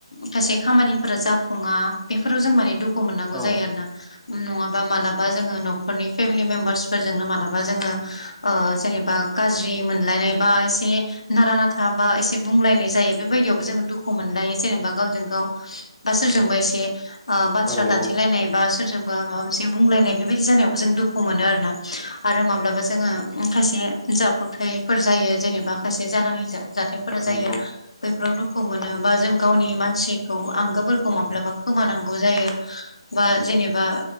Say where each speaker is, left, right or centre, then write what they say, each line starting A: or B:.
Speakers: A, on the left; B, in the centre.
A: खायसे खामानिफोरा जाफुङा बेफोराव जों माने दु खु मोननांगौ
B: औ
A: जायो
B: नंगौ
A: आरो ना नङाबा मालाबा जोङो न'खरनि फेमिलि मेम्बार्सफोरजोंनो मालाबा जोङो ओ जेनेबा गाज्रि मोनलायनाय बा एसे नारा नाथाबा एसे बुंलायनाय जायो बेबायदियावबो जोङो दुखु मोनलायो जेनेबा गावजों गाव बा सोरजोंबा एसे ओ बाथ्रा
B: औ
A: दान्थिलायनाय
B: औ
A: बा सोरजों बा माबा मोनसे बुंलायनाय बेबायदि जानायावबो जों दुखु मोनो आरोना आरो माब्लाबा जोङो माखायसे जाब्र'बथायफोर जायो जेनेबा खायसे जानाङि जाथायफोरा जायो।
B: नंगौ
A: बैफोराव दुखु मोनो बा जों गावनि मानसिखौ आंगोफोरखौ माब्लाबा खोमानांगौ जायो। बा जेनेबा